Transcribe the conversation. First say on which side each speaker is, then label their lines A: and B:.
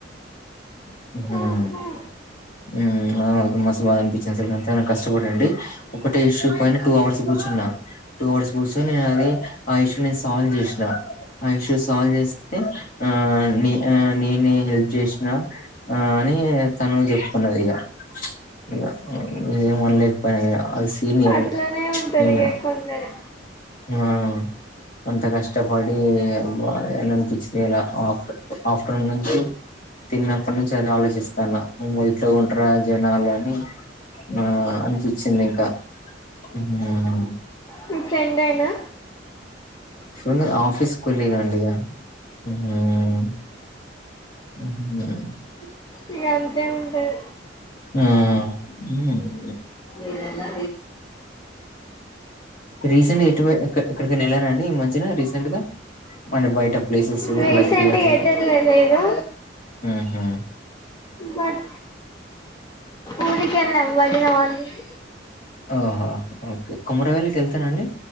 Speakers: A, on the left; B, on the left.
A: హుమ్మ్
B: ఆహా
A: వ్వు అవునవును మస్త్ బాద అనిపించిన సరే ఎంతైనా కష్టపడండి ఒకటే ఇష్యూ పైన టూ అవర్స్ కూర్చున్నా టూ అవర్స్ కూర్చొని నేను అది ఆ ఇష్యూ నేను సాల్వ్ చేసినా ఆ ఇష్యూ సాల్వ్ చేస్తే ఆ నే నేనే హెల్ప్ చేస్నా ఆ అని తను చెప్ ది ఇగ ఇగ ఏం అనలేకపోయినా ఇగ అసి సీనియరు
B: అట్లనే ఉంటది
A: ఇగ
B: కొందరు
A: ఆ అంత కష్టపడి <unintelligible> అనిపిచింది ఆఫ ఆఫ్టర్నూన్ నుంచి తిన్నప్పటి నుంచి అదే ఆలోచిస్తాన్న ఇట్ ఉంటరా జనాలు అని ఆ అనిపించింది ఇంకా హుమ్మ్
B: మీ ఫ్రెండెనా
A: ఫున్ ఆఫీస్ కోలిగ్ అండి ఇగ హ్మ్మ్ హు
B: ఇగ అంతే ఉంటది
A: ఆ ఉ
B: ఏదైనా
A: రీసెంట్ ఎటు ఎక్కడికైన వెళ్ళార అండి ఈ మధ్యన ఆ రీసెంట్ గా అంటే బయట ప్లేసెస్ ఊర్లకి
B: రీసెంట్
A: అట్ల
B: గా ఎటు ఎళ్ళలేదు
A: ఉహు
B: బట్ ఊరికెళ్ళ వదిన వాళ్ళ ఇంట్
A: ఆహా ఓకే కుమరవలికి వెళ్తారా అండి